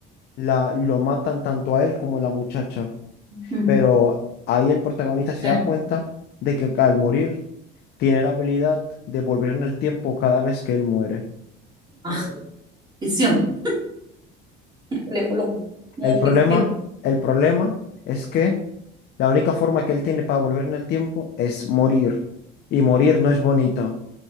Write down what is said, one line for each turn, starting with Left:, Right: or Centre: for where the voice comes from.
Left: la, lo matan tanto a él como a la muchacha.
Right: Mm.
Left: Pero ahí el protagonista se
Right: Es-
Left: da cuenta de que al morir tiene la habilidad de volver en el tiempo cada vez que él muere.
Right: ah, ficción. Hablemoslo como
Left: El problema,
Right: ficción.
Left: el problema es que la única forma que él tiene para volver en el tiempo es morir. Y morir no es bonito.